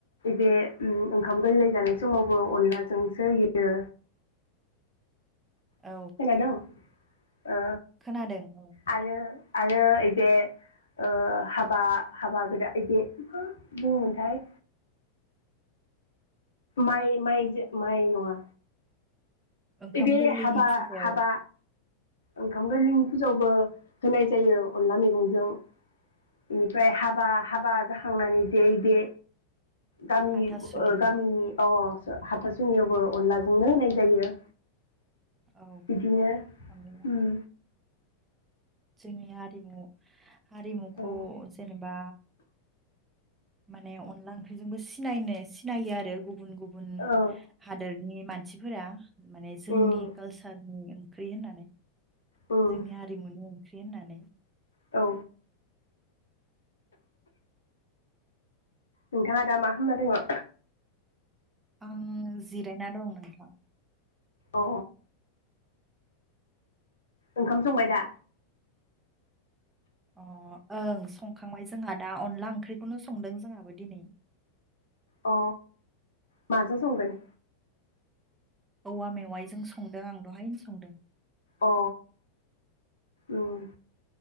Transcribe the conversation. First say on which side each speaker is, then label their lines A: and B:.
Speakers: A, on the left; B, on the right.
A: बे उम ओंखाम गोरलै जानाय समावबो अनलाजोंसो हायो <inaudible>
B: औ
A: ओ
B: खोनादों औ
A: आरो आरो ओइ बे ओ हाबा हाबा गोदा इदि मा बुङोमोनथाय माइ माइजो माइ नङा
B: ओंखाम
A: इदि
B: गोरलैनि
A: हाबा
B: फुजायाव
A: हाबा ओंखाम गोरलैनि फुजायावबो होनाय जायो अनला मैगंजों बेनिफ्राय हाबा हाबा जाखांनानै दे दे गामि
B: हाथासुनि
A: ओ गामिनि अ सो हाथासुनियावबो अनलाजोंनो होनाय जायो
B: औ
A: बिदिनो
B: अनला
A: उम
B: जोंनि आरिमु हारिमुखौ
A: औ
B: जेनेबा माने अनला ओंख्रिजोंबो सिनायनो सिनायो आरो गुबुन गुबुन
A: औ
B: हादोर नि मानसिफोरा माने जोंनि
A: उम
B: नि ओंख्रि होननानै
A: उम
B: जोंनि आरिमुनि ओं ख्रि होननानै
A: औ नोंथाङा दा मा खामना दोङो
B: आं जिरायना दं नोंथां
A: अ ओंखाम संबाय दा
B: अ ओं संखांबाय जोंहा दा अनला ओंख्रिखौनो संदों जोंहाबो दिनै
A: अ माजों संगोन
B: औवा मेवाइजों संदों आं दहायनो संदों
A: अ उम